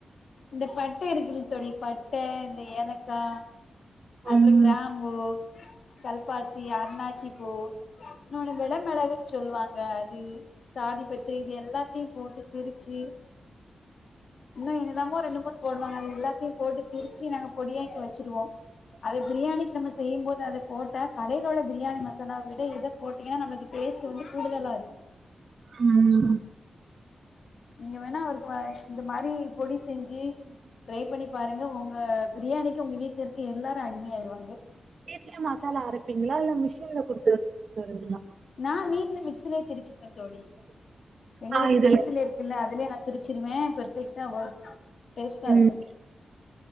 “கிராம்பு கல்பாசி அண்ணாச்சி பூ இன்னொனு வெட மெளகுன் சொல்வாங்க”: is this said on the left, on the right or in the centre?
Left